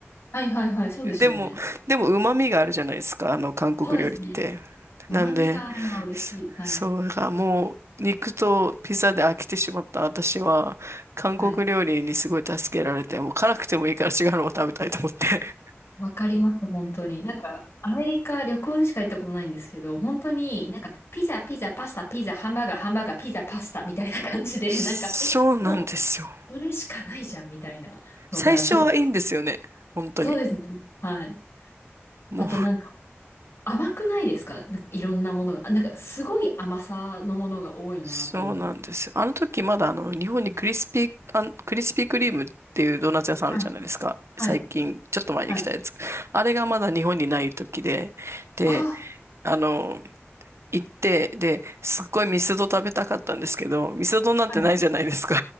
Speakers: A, on the left; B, on the right.
A: はいはいはい。そうですよね。
B: でも、でも旨味があるじゃないですか、あの韓国料理って。
A: そうですね。旨味があるのは嬉しい。
B: なんで、そそう、
A: はい。
B: だからもう肉とピザで飽きてしまった私は、韓国料理にすごい助けられて、
A: はい。
B: もう辛くてもいいから違うのを食べたいと思って。
A: わかります、本当に。なんか、アメリカ旅行でしか行ったことないんですけど、本当になんか、ピザ、ピザ、パスタ、ピザ、ハンバーガー、ハンバーガー、ピザ、パスタみたいな感じで、
B: <laughs> そうなんですよ。
A: なんか、え、もう、それしかないじゃんみたいなのが、
B: 最初はいいんですよね、
A: ちょっと、
B: 本当に。
A: そうですね。はい。
B: もう
A: あとなんか、甘くないですかいろんなものが。なんか、すごい甘さのものが多いなと思って。
B: そうなんですよ。あの時まだあの日本にクリスピー、あん、クリスピークリームっていうドーナツ屋さんあるじゃないですか。
A: はい。はい。
B: 最近、ちょっと前に来たやつ。
A: はい。
B: あれがまだ日本にない時で、で、
A: あ
B: あの、行って、で、すっごいミスド食べたかったんですけど、ミスドなんてないじゃないですか。
A: あ、はい。